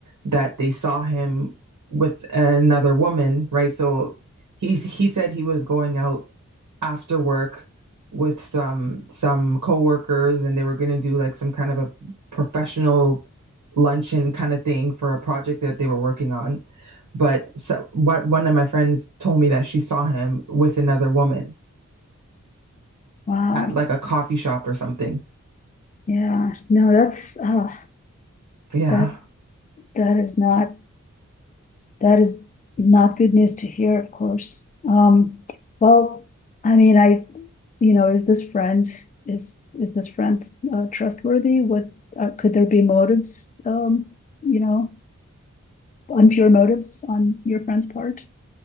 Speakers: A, on the right; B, on the left.
A: that they saw him with another woman, right? So he's he said he was going out after work with some some coworkers, and they were going to do like some kind of a professional luncheon kind of thing for a project that they were working on. But so, one of my friends told me that she saw him with another woman
B: Wow.
A: at like a coffee shop or something.
B: Yeah. No, that's uh
A: Yeah.
B: that that is not That is not good news to hear, of course. Um, well, I mean, I, you know, is this friend is is this friend uh, trustworthy? What uh, could there be motives? Um, you know, impure motives on your friend's part?